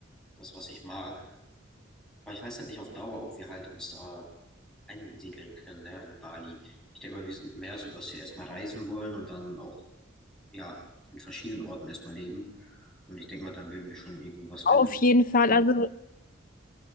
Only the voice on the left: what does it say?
Auf jeden Fall. Also